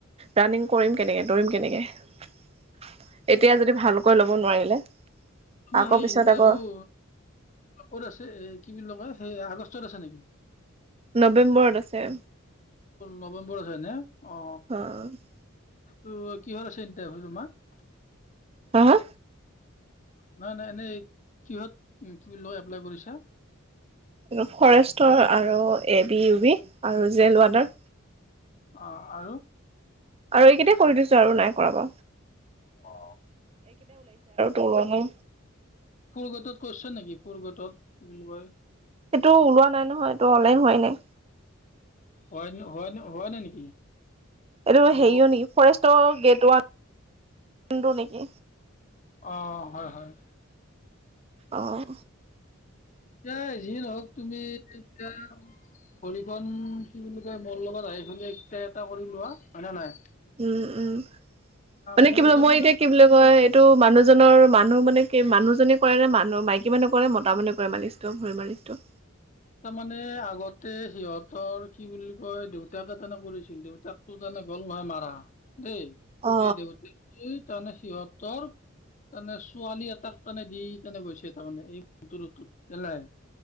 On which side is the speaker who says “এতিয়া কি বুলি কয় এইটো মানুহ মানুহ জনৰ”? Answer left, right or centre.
Right